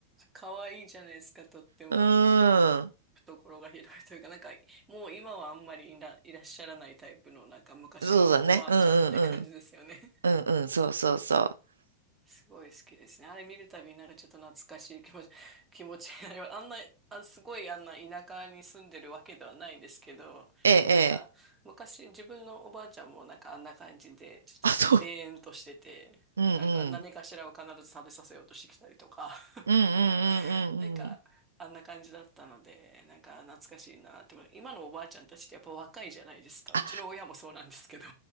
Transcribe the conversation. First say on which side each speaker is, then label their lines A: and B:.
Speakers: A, on the right; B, on the right.
A: 可愛いじゃないですか、とっても。
B: うん。
A: 懐が広いというか、なんか、もう今はあんまりいら、いらっしゃらないタイプの、なんか昔のおばあちゃんって感じですよね。
B: そうだね。うんうんうん。うんうん、そうそうそう。
A: すごい好きですね。あれ見るたびになんかちょっと懐かしい気持ち、<laughs> 気持ちになります。あんな、あ、すごいあんな田舎に住んでるわけではないんですけど、
B: ええ、
A: なんか昔自分のおばあちゃんもなんかあんな感じで、
B: ええ。
A: ちょっとでーんとしてて、
B: あ、そう。うんうん。
A: なんか何かしらを必ず食べさせようとしてきたりとか、
B: うんうん
A: <laughs>
B: うんうんうん。
A: なんかあんな感じだったので、なんか懐かしいなって思う。今のおばあちゃんたちってやっぱ若いじゃないですか。うちの親もそうなんですけど。
B: あ、